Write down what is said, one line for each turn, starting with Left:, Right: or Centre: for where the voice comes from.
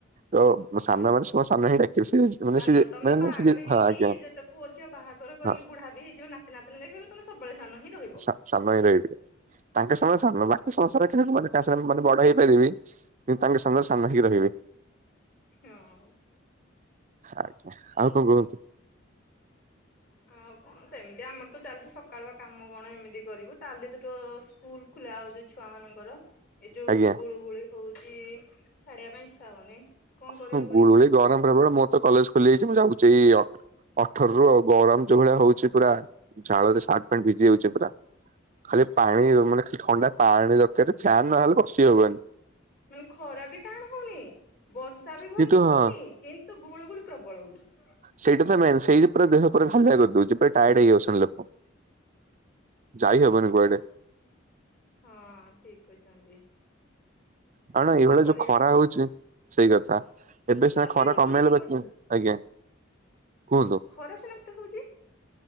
Right: ତ
Left: ହଁ
Right: ସାନ ମାନେ ସଭା ସାନ ହିଁ ଡାକିବେ ସିଏ ଯେ
Left: ସାନ
Right: ମାନେ ସିଏ
Left: ତମେ
Right: ମାନେ
Left: ବାହାଘର
Right: <unintelligible>
Left: ହେଇକି
Right: ହଁ ଆଜ୍ଞା।
Left: ଯେତେ ପୁଅ ଝିଅ ବାହାଘର କରିକି
Right: ହଁ।
Left: ବୁଢ଼ାବି ହେଇଯିବ ନାତି ନାତୁଣୀ ଦେଖିବି <unintelligible> ତମେ ସବୁବେଳେ ସାନ ହିଁ ରହିବ।
Right: ସା ସାନ ହିଁ ରହିଥିବେ ତାଙ୍କେ ସବୁବେଳେ ସାନ ପା <unintelligible> <unintelligible> ବଡ ହେଇପାରିବି କିନ୍ତୁ ତାଙ୍କେ ସାମ୍ନାରେ ସାନ ହିଁ ରହିବେ।
Left: ହଁ।
Right: ଆଜ୍ଞା ଆଉ କଣ କୁହନ୍ତୁ।
Left: ଆଉ କଣ ସେମିତି ଆମର ତ ଚାଲିଛି ସକାଳୁଆ କାମ କଣ ଏମିତି କରିବୁ <unintelligible> ସ୍କୁଲ ଖୁଲା ହୋଉଚି ଛୁଆ ମାନଙ୍କର। ଏଇ ଯୋଉ
Right: ଆଜ୍ଞା
Left: ଗୁଳୁ ଗୁଳି ହଉଛି ଛାଡିବା ପାଇଁ ଇଚ୍ଛା ହଉନି। କଣ କରିବ
Right: ହଁ
Left: ପୁଣି।
Right: ଗୁଳୁଗୁଳି ଗରମ ହେଲା ବଳେ ମୁଁ ତ କଲେଜ ଖୋଲିଯାଇଛି ମୁଁ ଯାଉଛି ଏଇ ଅଠରରୁ ଆଉ ଗରମ ଯୋଉ ଭଳିଆ ହଉଛି ପୁରା ଝାଳରେ ସାର୍ଟ ଫ୍ୟାଣ୍ଟ ଭିଜି ଯାଉ ଛି ପୁରା ଖାଲି ପାଣି
Left: ହଁ।
Right: ମାନେ ଖାଲି ଥଣ୍ଡା ପାଣି ଦରକାରେ ଫ୍ୟାନ୍ ନହେଲେ ବସି ହବନି।
Left: ମାନେ ଖରା ବି ଟାଣ ହଉନି ବର୍ଷା ବି ଭଲସେ
Right: କିନ୍ତୁ ହଁ
Left: ହଉନି କିନ୍ ନ୍ତୁ ଗୁଳି ଗୁଳି ପ୍ରବଳ ହଉଛି।
Right: ସେଇଟା ତ ମେନ୍ ସେଇି ପା ଦେହ ପୁରା ହାଲିଆ କରିଦଉଛି ପୁରା ଟାୟାର୍ଡ ହେଇଯାଉଛନ୍ତି ଲୋକ। ଯାଇ ହବନି କୁଆଡେ
Left: ହଁ ଠିକ କହିଛନ୍ତି।
Right: କଣ ଏଇଭଳିଆ
Left: କରିବା
Right: ଯୋଉ ଖରା
Left: ଆଉ
Right: ହଉଛି ସେଇ କଥା। ଏବେ ସିନା
Left: ତାପରେ
Right: ଖରା
Left: ରୁମ
Right: କମେଇଲେ
Left: ରୁମ
Right: ବାକି
Left: ବର୍ଷ
Right: ଆଜ୍ଞା କୁହନ୍ତୁ
Left: ଖରା ସିନା ଏତେ ହଉଛି